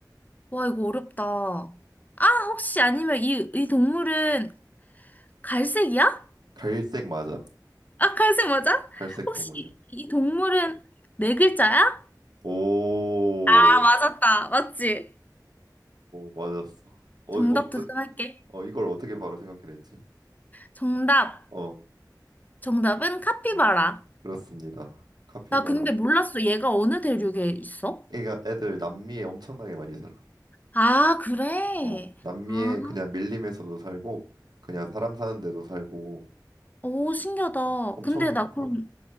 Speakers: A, on the left (about 20°); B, on the right (about 70°).
A: 와, 이거 어렵다. 아, 혹시 아니면 이, 이 동물은 갈색이야?
B: 갈색 맞아
A: 아, 갈색 맞아?
B: 갈색
A: 혹시
B: 동물이야
A: 이, 이 동물은 네 글자야?
B: 어오오
A: 아, 맞았다. 맞지?
B: 맞았어 어디
A: 정답
B: 없어
A: 도전할게.
B: 어 이걸 어떻게 바로 생각해냈지
A: 정답.
B: 어
A: 정답은 카피바라.
B: 음, 그렇습니다 카피바라
A: 나 근데 몰랐어. 얘가 어느 대륙에 있어?
B: 애가 애들 남미에 엄청나게 많이 살아
A: 아, 그래.
B: 어 남미에
A: 아.
B: 그냥 밀림에서도 살고 그냥 사람 사는 데도 살고
A: 오, 신기하다.
B: 어, 엄청
A: 근데 나 그럼
B: 많아